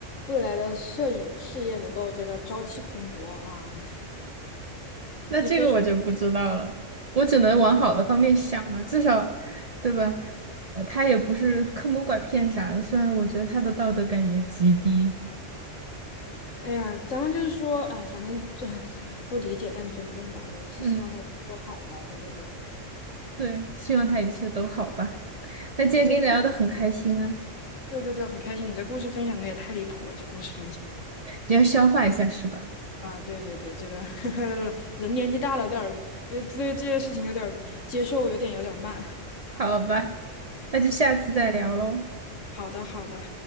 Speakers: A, on the left; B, on the right.
A: 未来的摄影事业能够这个朝气蓬勃啊。
B: 那这个我就不知道了，
A: 你非常，
B: 我只能往好的方面想嘛，至少，对吧？呃，他也不是坑蒙拐骗啥的，虽然我觉得他的道德感也极低。
A: 哎呀，咱们就是说，哎，反正这哎不理解但尊重吧，呃希希望他都好吧，
B: 嗯，
A: 这这这，
B: 对，希望他一切都好吧。那今天跟你聊的很开心啊，
A: 这这故，对对对，很开心，你这故事分享的也太离谱了，这故事分享
B: 你要消化一下是吧？
A: 啊，对对对，这个 <laughs> 人年纪大了，有点儿，呃，对这些事情有点儿接受，有点有点儿慢。
B: 好吧，那就下次再聊喽。
A: 好的，好的。